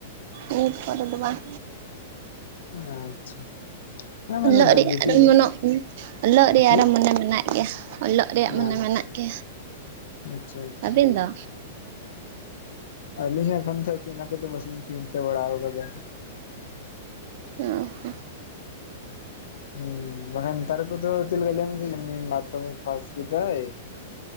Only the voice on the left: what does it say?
ᱟᱪᱪᱷᱟ ᱦᱮᱸ ᱢᱟᱱᱮ
ᱫᱚ
ᱵᱮᱥᱤ
ᱪᱮᱫ
ᱟᱪᱪᱷᱟ
ᱟᱪᱪᱷᱟ ᱟᱪᱪᱷᱟ
ᱟᱹᱞᱤᱧ ᱮᱠᱷᱚᱱ ᱛᱚ ᱪᱮᱜ ᱦᱚᱸ ᱚᱱᱟ ᱠᱚᱫᱚ ᱵᱟᱞᱤᱧ ᱪᱤᱱᱛᱟᱹ ᱵᱟᱲᱟ ᱟᱠᱟᱫᱟ
ᱦᱩᱸ ᱢᱟᱱᱮ ᱱᱮᱛᱟᱨ ᱠᱚᱫᱚ ᱪᱮᱜ ᱞᱮᱠᱟᱧ ᱞᱟᱹᱭᱟᱢᱟ <unintelligible> ᱢᱟᱫᱽᱫᱷᱚᱢᱤᱠ ᱯᱷᱟᱥ ᱠᱮᱫᱟᱭ